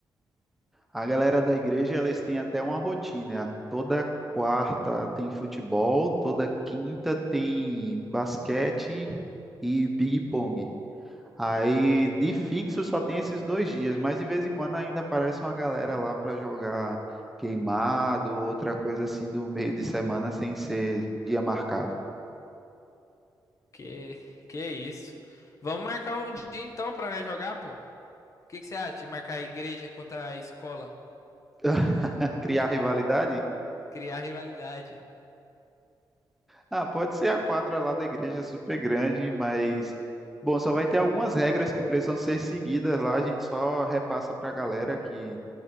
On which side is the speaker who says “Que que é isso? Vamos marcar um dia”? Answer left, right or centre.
Left